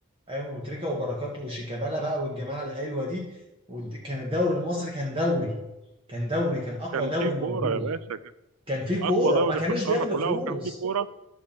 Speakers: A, on the right (about 25°); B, on the right (about 80°).
A: ايام ابو تريكه وبركات وشيكابالا بقى والجماعه الحلوه دي والد- كان الدوري المصري كان دوري كان دوري كان اقوى
B: كان
A: دوري
B: في كوره
A: موجود
B: يا باشا كان
A: كان في كوره
B: اقوى دوري
A: ما كانوش
B: في القاره
A: بياخدوا
B: كلها
A: فلوس
B: وكان في كوره